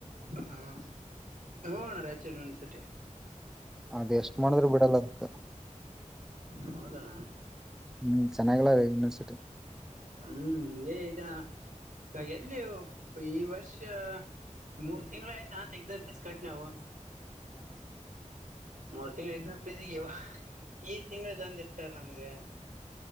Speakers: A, on the right; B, in the centre.
A: ಹಾ ಅಣ್ಣಾರ ರೈಚೂರ್ ಯೂನಿವರ್ಸಿಟಿ
B: ಅದ್ ಎಷ್ಟ್ ಮಾಡಿದ್ರೂ ಬಿಡಲ್ಲ ಕ
A: ಹೌದಣ್ಣ
B: ಹ್ಮ್ ಚೆನ್ನಾಗಿಲ್ಲ ಯೂನಿವರ್ಸ್
A: ಹ್ಮ್ ಹಿಂಗೇ ಏತ್ತಣ್ಣ ಎಲ್ಲಿ ಈ ವರ್ಷ ಮೂರ್ ತಿಂಗಳೆ ಆಯ್ತಾ ಅಂತ ಎಕ್ಸಾಮ್ ಫೀಸ್ ಕಟ್ <inaudible> ನವ ಮೂರ್ ತಿಂಗ್ಳ್ ಎಕ್ಸಾಮ್ ಫೀಸ್ ಗೆವ ಈ ತಿಂಗ್ಳು ದೊಂದ್ ಇಟ್ಟರ್ ನಮಗೆ